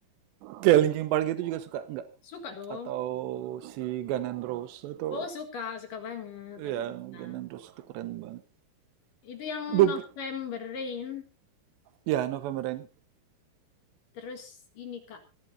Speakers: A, on the right; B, on the left.
A: Kayak Linkin Park itu juga suka enggak?
B: Suka dong.
A: Atau si Guns N' Roses atau
B: Oh, suka, suka banget.
A: Iya,
B: Aku suka.
A: Guns N' Roses itu keren banget.
B: Itu yang
A: Beb-
B: November Rain,
A: ya, November Rain.
B: terus ini Kak,